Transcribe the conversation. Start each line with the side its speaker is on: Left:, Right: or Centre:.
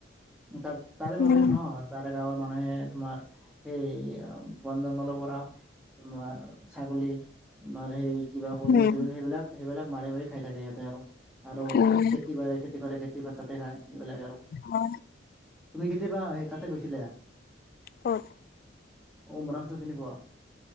Centre: তাৰ তাৰে মানুহে
Left: উম
Centre: ন তাৰে গাঁৱৰ মানুহে তোমাৰ সেই বন জংঘলৰ পৰা তোমাৰ ছাগলী তোমাৰ সেই কিবা হৰিণ
Left: উম
Centre: চৰিণ সেইবিলাক সেইবিলাক মাৰি মাৰি খাই থাকে সিহঁতে আৰু। আৰু
Left: উম
Centre: খেতি কৰে খেতি কৰে খেতি ভাত কাতি খায় এইবিলাক আৰু।
Left: অ
Centre: তুমি কেতিয়াবা সেই তাতে গৈছিলা?
Left: ক'ত
Centre: উমৰাংছু চিনি পোৱা?